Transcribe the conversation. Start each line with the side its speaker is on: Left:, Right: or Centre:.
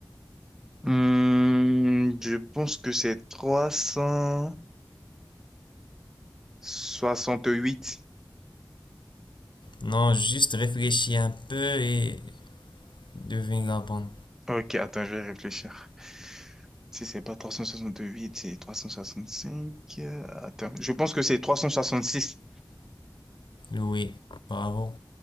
Centre: Hmm, je pense que c'est 300 68.
Left: Non, juste réfléchis un peu et devine la bonne.
Centre: Ok, attends, je vais réfléchir. Si c'est pas 368, c'est 365. euh, Attends, je pense que c'est 366.
Left: Oui, bravo.